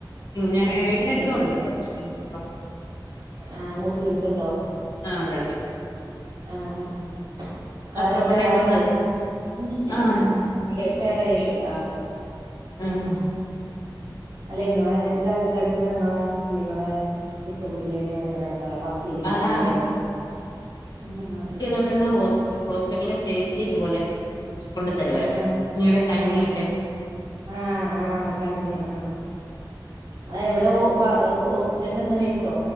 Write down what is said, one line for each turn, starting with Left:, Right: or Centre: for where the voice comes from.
Left: ഉമ്
Right: അങ്ങനെ
Left: ഞാൻ <unintelligible>
Right: ഷെയർ
Left: ടുത്തും
Right: ചെയ്യും
Left: ഒണ്ട് മുസ്ലീമ്സ് അ
Right: ആഹ് മുസ്ലീമ്‌സ്സ് ഉണ്ടോ
Left: ആഹ് ഒണ്ടൊണ്ട്
Right: ആഹ് ആഹ് <unintelligible>
Left: അപ്പുറം ഇപ്പുറം
Right: തരാറില്ലേ
Left: രണ്ട് മൂന്നാല് വീടുണ്ട്
Right: ഉമ്
Left: ആഹ്
Right: ഉമ് ഇല്ല എനിക്കറിയില്ല
Left: ഉമ്
Right: അല്ല ഇങ്ങളെ ജാതിക്കാർക്ക് ഞങ്ങളെ മുസ്ലീങ്ങളെ ചിക്കൻ ബിരിയാണി ഭയങ്കര ഇതാ പത്തിരി
Left: അതാ
Right: ഇല്ലെ <unintelligible>
Left: തോണ്ടിരുന്ന ഹോസ് ഹോസ്പിറ്റല്‌ ലെ ചേച്ചി ഇതുപോലെ കൊണ്ട് തരുവാരുന്നു
Right: ആഹ്
Left: ഇങ്ങടെ കഞ്ഞിയൊക്കെ
Right: ആഹ് ആഹ് ആഹ് കഞ്ഞി ആഹ് അഹ് എവിടെ ഹോ വ ഇഹ് ഹോസ്പിറ്റലില് എന്താ നഴ്‌സോ